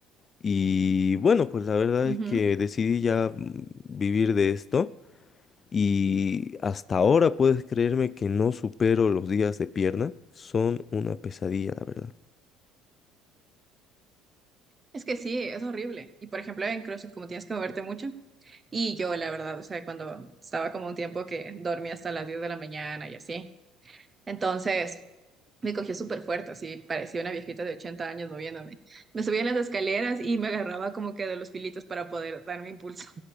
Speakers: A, on the left; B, on the right.
A: y bueno, pues la verdad
B: ujú.
A: es que decidí ya mm, vivir de esto y hasta ahora puedes creerme que no supero los días de pierna, son una pesadilla, la verdad.
B: Es que sí, es horrible. Y por ejemplo, en CrossFit, como tienes que moverte mucho, y yo, la verdad, o sea, cuando estaba como un tiempo que dormía hasta las 10 de la mañana y así, entonces me cogió súper fuerte, así, parecía una viejita de 80 años moviéndome. Me subía en las escaleras y me agarraba como que de los filitos para poder darme impulso